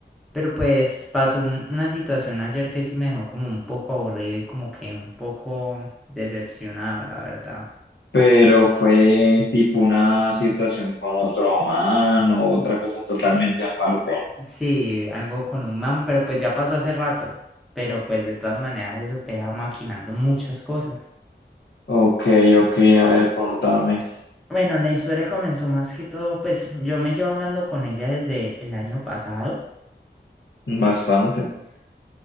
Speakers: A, in the centre; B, on the left.
A: Pero pues pasó un- una situación ayer que sí me dejó como un poco aburrido y como que un poco decepcionado, la verdad.
B: Pero fue tipo una situación con otro man o otra cosa totalmente aparte.
A: Sí, algo con un man, pero pues ya pasó hace rato. Pero pues de todas maneras eso te deja maquinando muchas cosas.
B: Ok, ok, a ver, contame.
A: Bueno, la historia comenzó más que todo, pues yo me llevo hablando con ella desde el año pasado
B: Bastante.